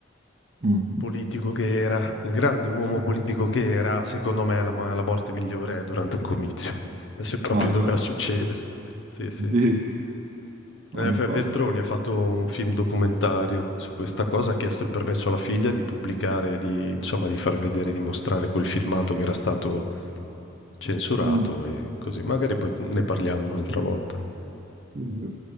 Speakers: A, on the right; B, on the left.
A: Mhm.
B: politico che era, il grande uomo politico che era, secondo me la, mo- la morte migliore è durante un comizio, <laughs> se proprio
A: No,
B: doveva
A: cioè,
B: succedere. Sì, sì.
A: sì, sì. No,
B: Eh,
A: infatti.
B: F. Veltroni ha fatto un film documentario su questa cosa, ha chiesto il permesso alla figlia di pubblicare, di, insomma, di far vedere, di mostrare quel filmato che era stato censurato
A: Mm.
B: e così. Magari poi ne parliamo un'altra volta.
A: Sì, sì.